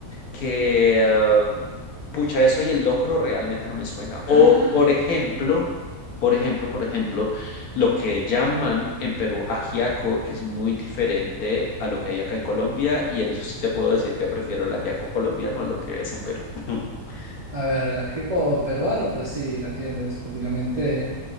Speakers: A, on the left; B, on the right.
A: que, eh, pucha, eso y el locro realmente no me suena.
B: <gasps>
A: O, por ejemplo, por ejemplo, por ejemplo, lo que llaman en Perú ajiaco es muy diferente a lo que hay acá en Colombia y en eso sí te puedo decir que prefiero el ajiaco colombiano a lo que es en Perú. <laughs>
B: A ver, el ajiaco peruano, pues sí, te entiendo, es prácticamente,